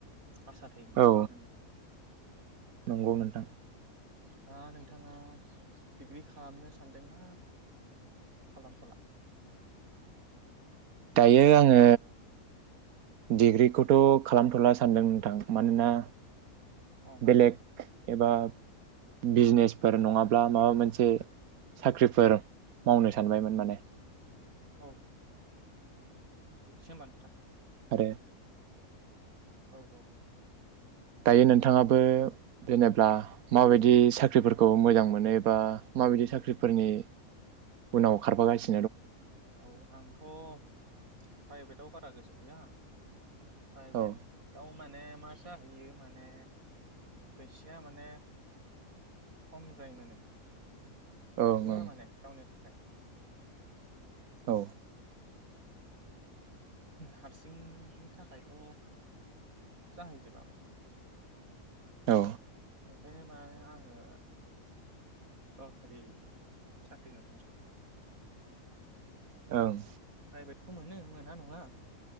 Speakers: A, on the right (about 70°); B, on the right (about 80°).
A: आसा थायो माने
B: औ
A: मोननो।
B: नंगौ नोंथां
A: दा नोंथाङा डिग्रि खालामनो सानदोंना खालामथला?
B: दायो आङो डिग्रिखौथ खालामथला सानदों नोंथां मानोना
A: अ मानोबा
B: बेलेग एबा बिजनेसफोर नङाब्ला माबा मोनसे साख्रिफोर मावनो सानबायमोन माने।
A: औ इदिसो होंबा नोंथां।
B: ओ
A: औ औ
B: दायो नोंथाङाबो जेनेब्ला माबायदि साख्रिफोरखौ मोजां मोनोबा माबायदि साख्रिफोरनि उनाव खारफागासि
A: औ आंथ' प्राइभेटआव बारा गोसो गैया प्राइभेटआव
B: औ
A: मा ने मा जाहैयो माने फैसाया माने खमद्राय मोनो
B: ओं
A: थोआ
B: ओं
A: माने गावनि थाखाय
B: औ
A: हारसिंनि थाखायथ' जाहैजोबा माने
B: औ
A: <inaudible> ओंखायनो माने आङो सरखारि साख्रि <inaudible>
B: औ
A: प्राइभेटखौ मोनो मोना नङा